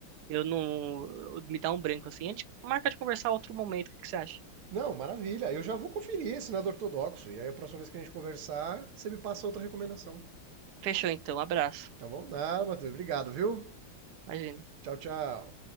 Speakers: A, on the right (about 65°); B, on the right (about 80°).
A: Eu não. Me dá um branco assim. A gente marca de conversar outro momento, o que que você acha?
B: Não, maravilha. Eu já vou conferir esse nada ortodoxo e aí a próxima vez que a gente conversar, você me passa outra recomendação.
A: Fechou então, abraço.
B: Tá bom? Nada, Matheus. Obrigado, viu?
A: Imagina.
B: Tchau, tchau.